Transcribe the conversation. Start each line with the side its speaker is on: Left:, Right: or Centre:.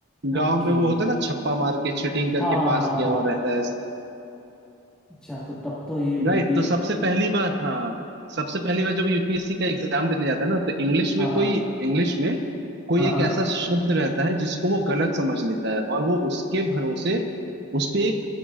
Right: गांव
Centre: ओके
Right: में वो होता है ना छप्पा मार के चीटिंग करके
Centre: हाँ
Right: पास
Centre: हाँ
Right: किया
Centre: हाँ
Right: हुआ रहता है
Centre: अच्छा तो तब तो ये
Right: राइट
Centre: मूवी
Right: तो सबसे पहली बार हाँ सबसे पहली बार जब यूपीएससी का एग्जाम देने जाता है ना तो इंग्लिश
Centre: हाँ
Right: में
Centre: हाँ
Right: कोई इंग्लिश में कोई
Centre: हाँ
Right: एक
Centre: हाँ
Right: ऐसा शब्द रहता है जिसको वो गलत समझ लेता है और वो उसके भरोसे उस पे एक